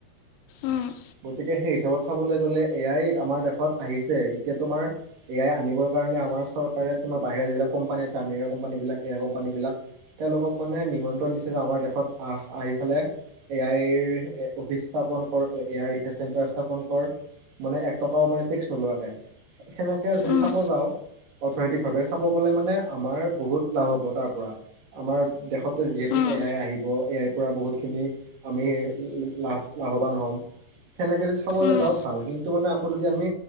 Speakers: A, on the left (about 80°); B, on the right (about 55°).
A: উম
B: গতিকে সেই হিচাপত চাবলৈ গ'লে এ আই আমাৰ দেশত আহিছে এতিয়াতো তোমাৰ এ আই আনিবৰ কাৰণে আমাৰ চৰকাৰে তোমাৰ বাহিৰ যিলাক কোম্পানী আছে আমৰিকা কম্পানী বিলাক এয়া কম্পানী বিলাক তেওঁলক ক মানে নিমন্ত্ৰণ দিছে যে আমাৰ দেশত। আহ আহি পেলাই এ আইৰ অফিচ স্থাপন কৰুতে এ আই ৰিচাৰ্চ চেণ্টাৰ চাব। অংকৰ মানে এক টকা ও মানে টেক্স নোৱাকে সেনেকে য
A: উম
B: চাব
A: উম
B: যাওঁ। অৰ্থনৈতিক ভাৱে চাব গলে মানে আমাৰ বহুত লাভ হ'ব তাৰ পৰা। আমাৰ দেশতে যিহেতু
A: উম
B: এ আই আহিব এ আইৰ পৰা বহুতখিনি আমি লাভ। লাভৱান হ'ম সেনেকৈ যদি চাবলৈ
A: উম
B: যাওঁ ভাল কিন্তু মানে আকৌ যদি আমি